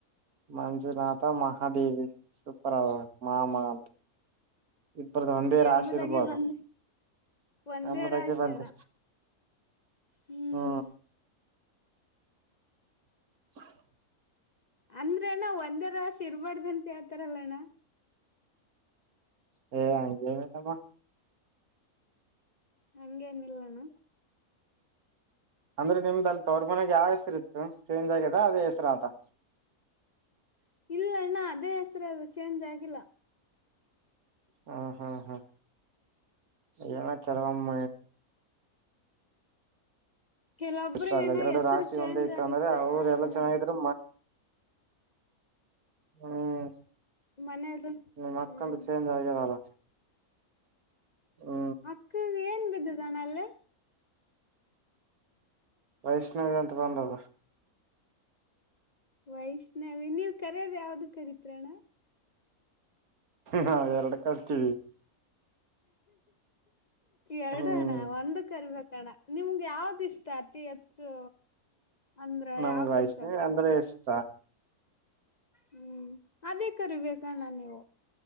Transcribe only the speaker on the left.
ಯಮ್ಮದಾಗಿ
ಒಂದ ಒಂದೇ
ರಾಶಿ
ಅಣ್ಣ ಹ್ಮ್
ಅಂದ್ರಣ ಒಂದೇ ರಾಶಿ ಇರ್ಬಾರಡ್ದ ಅಂತ ಹೇಳ್ತಾರಲ್ಲ ಅಣ್ಣ
ಹಂಗೇ ನಿಲ್ಲಾಣ್ಣ
<inaudible> ಇಲ್ಲ ಅಣ್ಣ ಅದೇ ಹೆಸರು ಅದು ಚೇಂಜ್ ಆಗಿಲ್ಲ
ಕೆಲೊಬ್ರಗಣ
ಹೆಸರು
ಚೇಂಜ್
ಆಗತ್ತಣ್ಣ
ಹ್ಮ
ಮನೇದು
ಹ್ಮ್
ಅಕ್ಕ ಏನ್ ಬಿದ್ದ ಅಣ್ಣ ಅಲ್ಲಿ
ವೈಷ್ಣವಿ ನೀವ್ ಕರದ್ ಯಾವ್ದು ಕರೀತ್ರಣ್ಣ
ಎರಡು
ಅಣ್ಣ ಒಂದ ಕರಿಬೇಕಣ್ಣ ನಿಮ್ಗೆ ಯಾವ್ದ ಇಷ್ಟಾಅತಿ ಹೆಚ್ಚು ಅಂದ್ರ
ಯಾವ್ದ್
ಇಷ್ಟ
ಹ್ಮ್ ಅದೇ ಕರಿಬೇಕಣ್ಣ ನೀವು